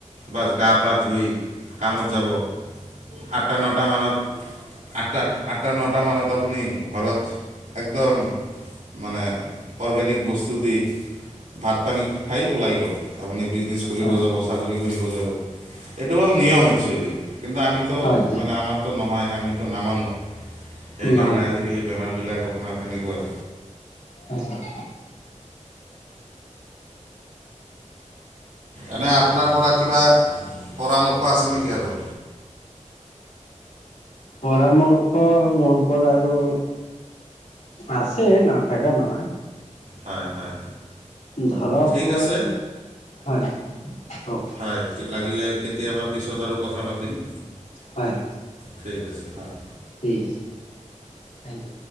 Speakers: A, on the right; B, on the left.
A: বাছ গা-পা ধুই কামত যাব। আঠটা, নটা মানত আঠটা, আঠটা, নটা মানত আপুনি ঘৰত একদম মানে অৰ্গেনিক বস্তু দি ভাত পানী খাই ওলাই গ'ল, আপুনি বিজনেছ কৰিব
B: হয়,
A: যাব, চাকৰি কৰিব যাব। এইটো হ'ল নিয়ম
B: হয়,
A: একচুৱেলি কিন্তু আমি ট'
B: হয়, ছাৰ।
A: মানে আমাৰটো নহয়, আমিতো নামানো, সেইকাৰণে
B: নহয়,
A: আজিকালি বেমাৰ বিলাক অপোনাৰ সেনেকুৱাই।
B: হয় চাৰ
A: এনে আপোনাৰ পৰা কিবা পৰামৰ্শ আছে নেকি আৰু
B: পৰামৰ্শ মোৰ পৰা আৰু আছে, নাথাকা নহয়
A: হয়, হয়।
B: ধৰক,
A: ঠিক আছে
B: হয়, কওঁক
A: হয় লাগিলে কেতিয়াবা পিছত আৰু কথা পাতিম।
B: হয়।
A: ঠিক আছে হয়।
B: ঠিক আছে। Thank U